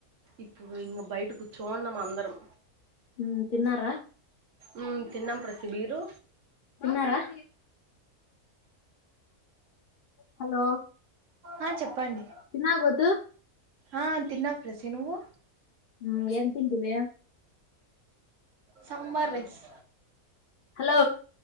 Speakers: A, on the right; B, on the left.
A: ఇప్పుడు ఇంగ బయట కూర్చోండాం అందరం
B: ఉమ్ తిన్నారా
A: మ్మ్ తిన్నాం ప్రసి బీరు
B: తిన్నారా హలో
A: ఆ చెప్పండి
B: తిన్నావా గోతు
A: ఆ తిన్నా ప్రెసీ నువ్వు
B: ఉమ్ ఏం తింటివి
A: సమ్మ రెస్
B: హలో